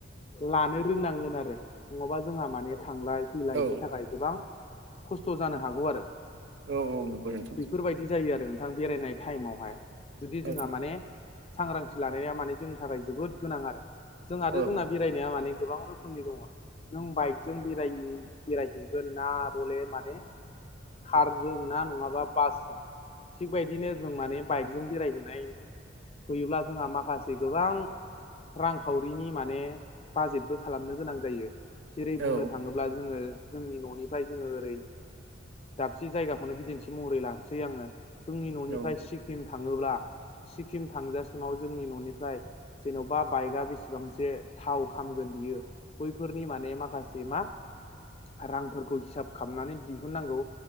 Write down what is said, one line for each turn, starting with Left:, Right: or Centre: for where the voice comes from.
Left: लानो रोंनांगोन आरो नङाबा जोंहा माने थांलाय फैलायनि
Right: औ
Left: थाखाय गोबां खस्थ' जानो हागौ आरो
Right: औ औ नंगौ नोंथां
Left: बेफोरबायदि जायो आरो नोंथां बेरायनाय टाइमावहाय जुदि
Right: औ
Left: जोंहा माने सांग्रांथि लानाया माने जोंनि थाखाय जोबोद गोनां आरो जों आरो
Right: औ
Left: जोंना बे बेरायनाया माने गोबां रोखोमनि दङ नों बाइकजों बेरायो बेरायहैगोन ना बले माने कारजों ना नङाबा बासजों थिग बायदिनो जों माने बाइकजों बेरायहैनाय फैयोब्ला जोंहा माखासे गोबां रांखावरिनि माने बाजेटबो खालामनो गोनां जायो जेरै बुंनो
Right: औ
Left: थाङोब्ला अब्ला जोङो जोंनि न'निफ्राय जोङो ओरै दाबसे जायगाखौनो बिदिन्थि महरै लानोसै आङो जोंनि न'निफ्राय
Right: औ
Left: सिक्किम थाङोब्ला सिक्किम थांजासिमाव जोंनि न'निफ्राय जेन'बा बा बाइकआ बेसेबांसे थाव खामगोन बियो बैफोरनि माने माखासे मा रांफोरखौ हिसाब खामनानै दिहुननांगौ